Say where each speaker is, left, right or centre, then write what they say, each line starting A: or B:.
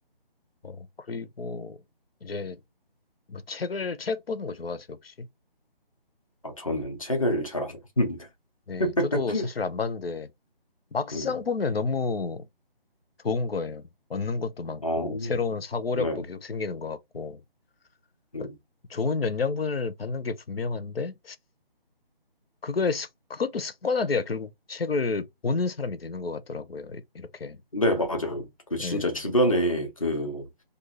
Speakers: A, on the left; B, on the left.
A: 어, 그리고 이제 뭐 책을, 책 보는 거 좋아하세요, 혹시?
B: 아, 저는 책을 잘 안 봅니다.
A: 네,
B: <laughs>
A: 저도 사실 안 봤는데 막상
B: 음.
A: 보면 너무 좋은 거예요. 얻는 것도 많고,
B: 어,
A: 새로운 사고력도
B: 네.
A: 계속 생기는 것 같고,
B: 네,
A: 그러니까 좋은 영양분을 받는 게 분명한데, 그거에, 습- 그것도 습관화돼야 결국 책을 보는 사람이 되는 것 같더라고요. 이- 이렇게.
B: 네, 맞아요. 그 진짜
A: 네,
B: 주변에 그